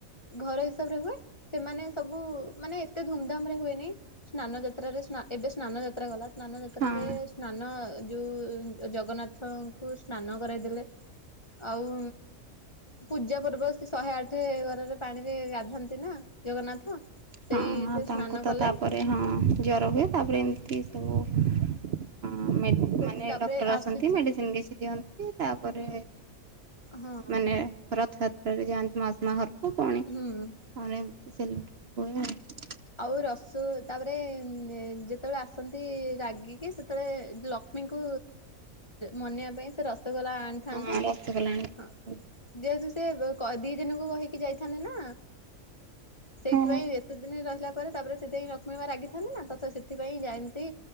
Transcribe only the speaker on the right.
ହଁ
ହଁ ହଁ ତାଙ୍କୁ
ତ
ତାପରେ ହଁ ଜର ହୁଏ ତାପରେ ଏମିତି ସବୁ ହଁ ମାନେ
ଡକ୍ଟର
ଆସନ୍ତି ମେଡିସିନ କିଛି ଦିଅନ୍ତି ତାପରେ
ମାନେ ରଥଯାତ୍ରାରେ ଯାଆନ୍ତି ମାଉସୀ ମାଆ ଘରକୁ ପୁଣି
ଆ ଏମିତି ସେଲିବ୍ରେଟ ହୁଏ।
ହଁ ରସଗୋଲା ଆଣିକି
ହଁ